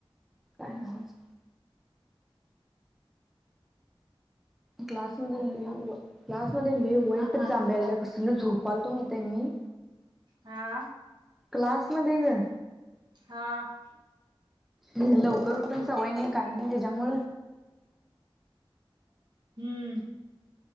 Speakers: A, in the centre; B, on the right (about 50°).
A: काय नावाज क्लास लास्ट मध्ये लले वाईटच जांबेला कसलं झोपालतो मा त्यां मी
B: हा
A: क्लास मध्ये ग
B: ह
A: लवकर उठून सवय नाही काही नाही त्याच्यामु
B: हम्म